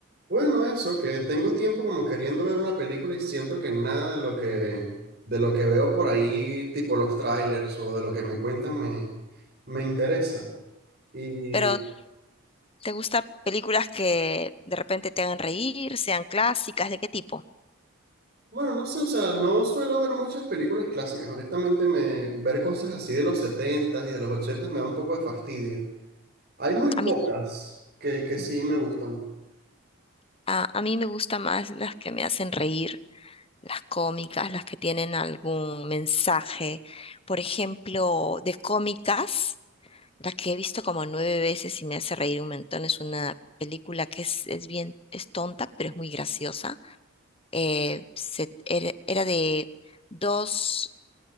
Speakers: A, on the right; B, on the left.
A: Bueno, eso, que tengo tiempo como queriendo ver una película y siento que nada de lo que, de lo que veo por ahí, tipo los trailers o de lo que me cuentan, me, me interesa. Y
B: Pero, ¿te gustan películas que de repente te hagan reír, sean clásicas? ¿De qué tipo?
A: bueno, no sé, o sea, no suelo ver muchas películas clásicas. Honestamente, me, ver cosas así de los setentas y de los ochentas me da un poco de fastidio. Hay muy pocas
B: A mí,
A: que, que sí
B: mm,
A: me gustan.
B: a, a mí me gustan más las que me hacen reír, las cómicas, las que tienen algún mensaje. Por ejemplo, de cómicas, la que he visto como nueve veces y me hace reír un montón es una película que es, es bien, es tonta, pero es muy graciosa. Eh, se- era, era de dos